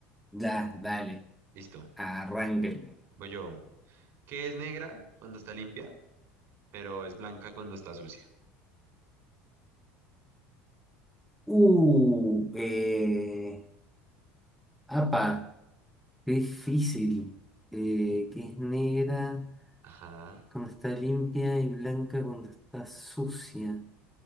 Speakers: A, in the centre; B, on the right (about 50°).
A: Ya, dale,
B: Listo.
A: arránquenle.
B: Voy yo. ¿Qué es negra cuando está limpia, pero es blanca cuando está sucia?
A: Uh, eh, apa, qué difícil. Eh, que es negra
B: Ajá,
A: cuando está limpia y blanca cuando está sucia.